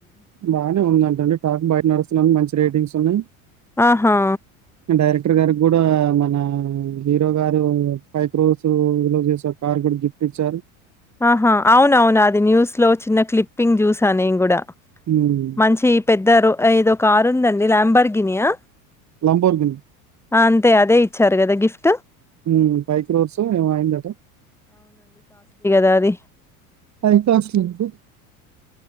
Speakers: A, on the right; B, in the centre.
A: బాగానే ఉందంటండి టాక్ బయట నడుస్తు మంచి రేటింగ్స్ ఉన్నాయి
B: ఆహా
A: డైరెక్టర్ గారి కూడా మన హీరో గారు ఫైవ్ క్రోస్ లో చేసే కార్ కూడా గిఫ్ట్ ఇచ్చారు
B: ఆహా! అవునవును. అది న్యూస్‌లో చిన్న క్లిప్పింగ్ జూసా నేను కూడా
A: హ్మ్
B: మంచి పెద్దారు ఏదో ఒక కారు ఉందండి ల్యాంబర్గనియా
A: లంబార్ఘిని
B: అంతే కదా ఇచ్చారు కదా గిఫ్ట్
A: మ్మ్ ఫైవ్ క్రోర్స్ ఏమో అయిందట
B: దాది
A: high class look